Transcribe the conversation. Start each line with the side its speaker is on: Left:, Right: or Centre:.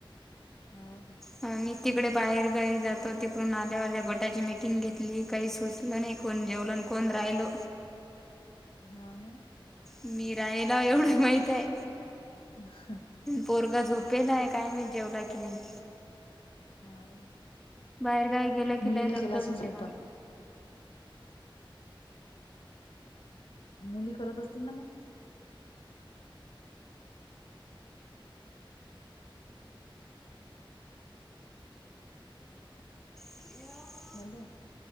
Left: हाव का
Centre: हा मी तिकडे बाहेर गावी जातो तिकडून आल्यावर त्या घटाची मीटिंग घेतली काही सुचलं नाही. कोण जेवलन आणि कोण राहिलं.
Left: हाव ना.
Centre: मी राहीला एवढं माहित आहे.
Left: ह ह.
Centre: पोरगा झोपेलाय काय माहित जेवलाय की नाही.
Left: हाव.
Centre: बाहेरगावी गेलं कि
Left: मुलीला
Centre: लय दबदब
Left: केला असेल
Centre: होते
Left: स्वयंपाक
Centre: ना.
Left: मुली करत असतील ना म.
Centre: <inaudible>
Left: हॅलो.